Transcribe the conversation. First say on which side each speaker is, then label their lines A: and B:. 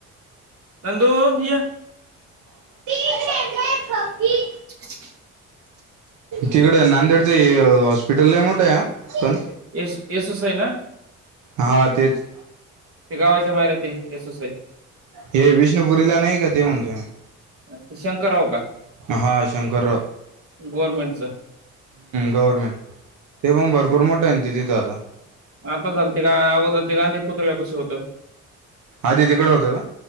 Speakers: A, on the right; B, on the right.
A: नंदू य
B: <unintelligible>
A: <inaudible>
B: तिकड नांदेडच हॉस्पिटल लय मोठ ये हा पण
A: येस एसोसआय ना
B: हा तेच
A: ते गावाच्या बाहेर ते यसोसई
B: हे विष्णुपुरीला नाही का ते म्हणतो मी.
A: ते शंकर राव का
B: हा शंकरराव
A: गवर्मेंटच
B: गवर्मेंट ते पण भरपूर मोठं आहे ते तिथं आता
A: आता झाल ते का अगोदर ते गांधी पुतळ्या पाशी होतं -
B: आधी तिकडं होतं